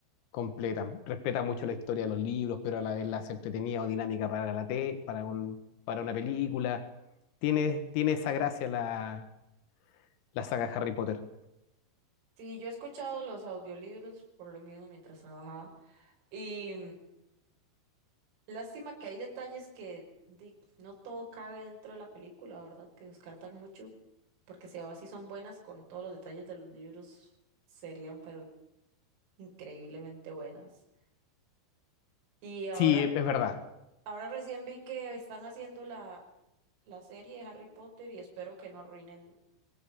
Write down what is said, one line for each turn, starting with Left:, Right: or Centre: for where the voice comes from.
Left: completa. Respeta mucho la historia de los libros, pero a la vez la hace entretenida o dinámica para la T, para un, para una película. Tiene, tiene esa gracia la, la saga Harry Potter.
Right: Sí, yo he escuchado los audiolibros por lo mismo mientras trabajaba. y Lástima que hay detalles que di, no todo cabe dentro de la película, ¿verdad? Que descartan mucho, porque si ahora sí son buenas con todos los detalles de los libros, serían pero increíblemente buenas. Y ahora,
Left: Sí, es es verdad.
Right: ahora recién vi que están haciendo la, la serie de Harry Potter y espero que no arruinen